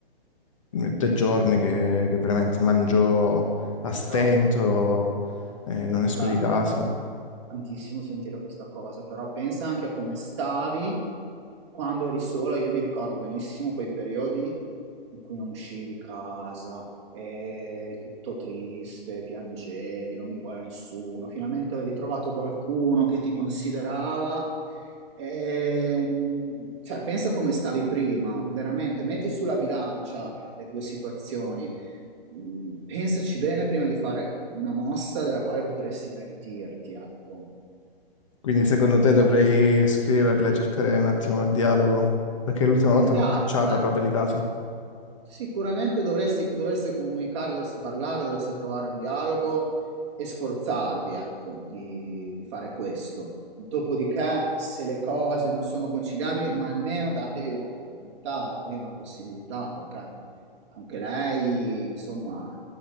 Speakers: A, on the left; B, on the right.
A: eh, Da giorni che, che veramente mangio a stento
B: Però
A: e non esco
B: va,
A: di casa.
B: tantissimo sentire questa cosa, però pensa anche a come stavi quando eri sola. Io mi ricordo benissimo quei periodi in cui non uscivi di casa, eri tutto triste, piangevi, non mi vuole nessuno. Finalmente avevi trovato qualcuno che ti considerava. Ehm, cioè, pensa come stavi prima, veramente, metti sulla bilancia eh, le due situazioni. Mm, Pensaci bene prima di fare una mossa della quale potresti pentirti, ecco.
A: Quindi secondo te dovrei scriverla e cercare un attimo il dialogo? Perché l'ultima volta
B: Il dialogo,
A: l'ho cacciata
B: ecco.
A: proprio di caso.
B: Sicuramente dovresti, dovreste comunicare, dovreste parlare, dovreste trovare un dialogo e sforzarvi, ecco, di, di fare questo. Dopodiché, se le cose non sono conciliabili, ma almeno datevi un'opportunità, datevi una possibilità, perché anche lei, insomma,